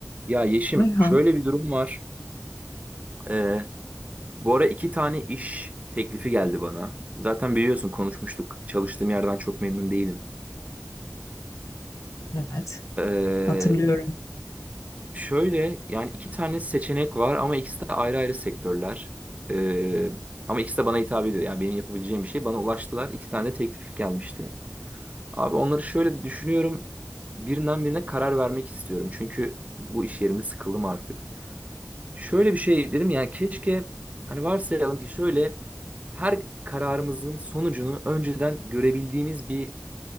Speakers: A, on the right; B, on the left.
A: Ya Yeşim,
B: Ayhan,
A: şöyle bir durum var. Ee, bu ara iki tane iş teklifi geldi bana. Zaten biliyorsun konuşmuştuk. Çalıştığım yerden çok memnun değilim.
B: evet
A: Ee,
B: hatırlıyorum.
A: şöyle yani iki tane seçenek var ama ikisi de ayrı ayrı sektörler. Ee, ama ikisi de bana hitap ediyor. Yani benim yapabileceğim bir şey. Bana ulaştılar. İki tane de teklif gelmişti. Abi onları şöyle düşünüyorum. Birinden birine karar vermek istiyorum. Çünkü bu iş yerimde sıkıldım artık. Şöyle bir şey dedim yani keşke hani varsayalım ki şöyle her kararımızın sonucunu önceden görebildiğimiz bir